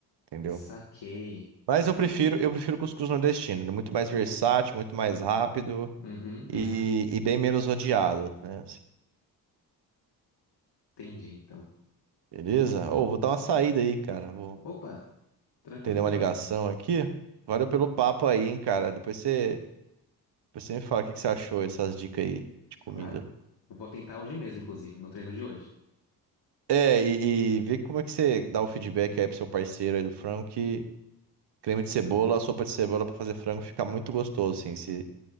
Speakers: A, on the right; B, on the left.
A: Entendeu?
B: saquei.
A: Mas eu prefiro, eu prefiro cuscuz nordestino. Ele é muito mais versátil, muito mais rápido
B: Uhum,
A: e,
B: uhum.
A: e bem menos odiado, né?
B: Entendi, então.
A: Beleza? Ou vou dar uma saída aí, cara. Vou
B: Opa, tranquilo,
A: atender uma
B: então.
A: ligação aqui. Valeu pelo papo aí, hein, cara. Depois você Você me fala o que que você achou dessas dicas aí de comida.
B: Claro. Vou tentar hoje mesmo, inclusive, no treino de hoje.
A: É, e, e vê como é que você dá o feedback aí pro seu parceiro aí do frango, que creme de cebola, sopa de cebola pra fazer frango fica muito gostoso, assim, se